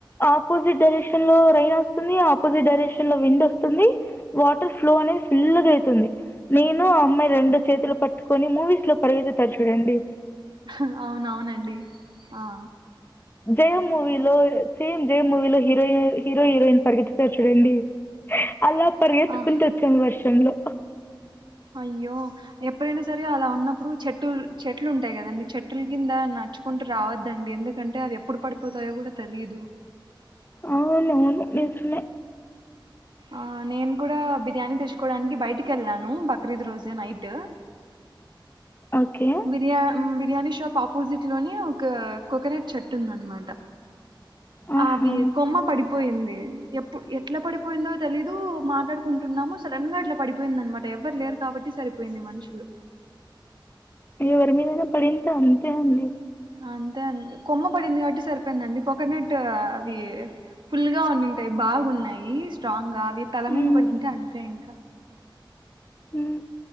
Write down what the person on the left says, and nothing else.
ఆపోజిట్ డైరెక్షన్ లో రైన్ వస్తుంది ఆపోజిట్ డైరెక్షన్ లో విండ్ వస్తుంది వాటర్ ఫ్లో అనేది ఫుల్ <inaudible> లేస్తుంది నేను అమ్మాయి రెండు చేతులు పట్టుకొని మూవీస్ లో పరిగేతుతారు చూడండి
జయం మూవీలో సేమ్ జయం మూవీలో హీరోయిన్ హీరో హీరోయిన్ పరిగెత్తుతారు చూడండి అలా పరిగెత్తుకుంటూ
వచ్చాం వర్షంలో
అవునువును నిజమే
ఓకే
ఆహా
ఎవరి మీదైనా పడింటె అంతే అండి
మ్మ్.
ఉ